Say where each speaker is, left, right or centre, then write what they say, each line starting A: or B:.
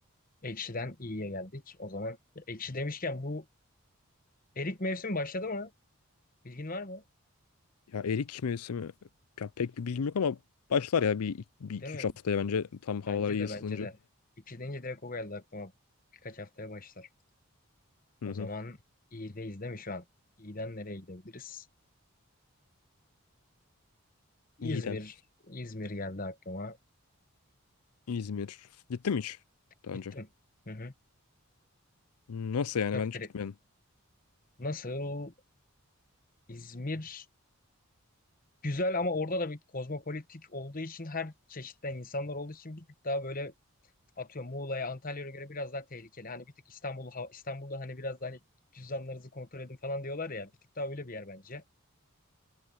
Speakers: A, on the left (about 40°); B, on the left (about 85°).
A: Ekşiden iyiye geldik. O zaman ekşi demişken bu erik mevsim başladı mı? Bilgin var mı?
B: Ya erik mevsimi mi? Ya pek bir bilgim yok ama başlar ya bir, bir iki
A: Değil
B: üç haftaya
A: mi?
B: bence tam havalar
A: Bence
B: iyi
A: de
B: ısınınca.
A: bence de. İki deyince direkt o geldi aklıma. Birkaç haftaya başlar. O
B: Hı hı.
A: zaman iyideyiz değil mi şu an? İyiden nereye gidebiliriz? İzmir.
B: İyiden.
A: İzmir geldi aklıma.
B: İzmir. Gittim mi hiç daha
A: Gittim.
B: önce?
A: Hı hı.
B: Hmm, Nasıl
A: Üç
B: yani
A: Dört
B: ben hiç
A: kere.
B: gitmedim.
A: Nasıl? İzmir güzel ama orada da bir kozmopolitik olduğu için her çeşitten insanlar olduğu için bir tık daha böyle atıyorum Muğla'ya, Antalya'ya göre biraz daha tehlikeli. Hani bir tık İstanbul ha- İstanbul'da hani biraz daha hani cüzdanlarınızı kontrol edin falan diyorlar ya. Bir tık daha öyle bir yer bence.